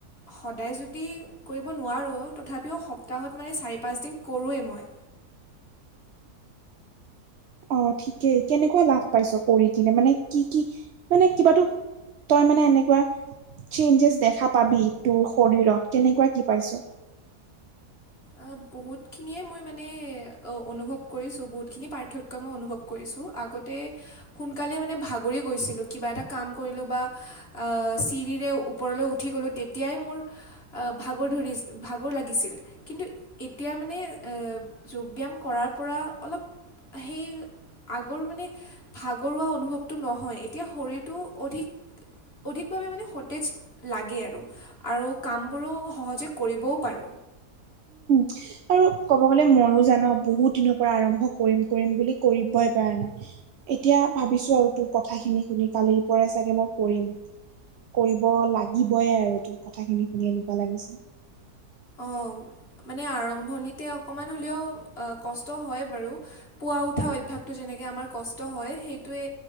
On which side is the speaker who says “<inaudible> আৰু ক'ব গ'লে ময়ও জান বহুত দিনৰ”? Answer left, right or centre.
Right